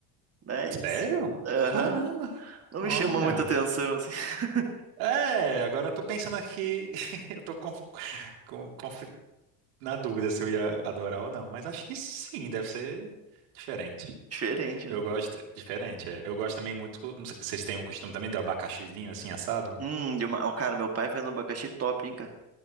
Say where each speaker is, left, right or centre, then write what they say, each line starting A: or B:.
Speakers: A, on the right; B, on the right.
A: Mas,
B: Sério?
A: aham,
B: Caramba,
A: não
B: olha.
A: me chama muita atenção, assim. <laughs>
B: É, agora eu tô pensando aqui, <laughs> eu tô com, com, conf- na dúvida se eu ia adorar ou não, mas acho que sim, deve ser diferente.
A: Diferente,
B: Eu
A: né?
B: gosto, diferente, é. Eu gosto também muito, vocês têm um costume também do abacaxizinho assim assado?
A: Hum, de uma, ó, cara, meu pai faz um abacaxi top, hein, cara?